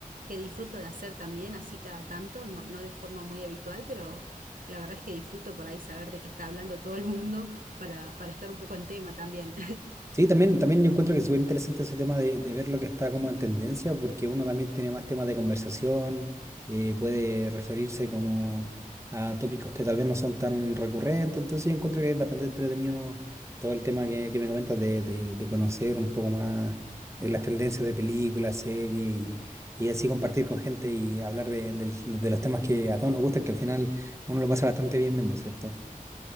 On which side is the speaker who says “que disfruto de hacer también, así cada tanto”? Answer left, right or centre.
Right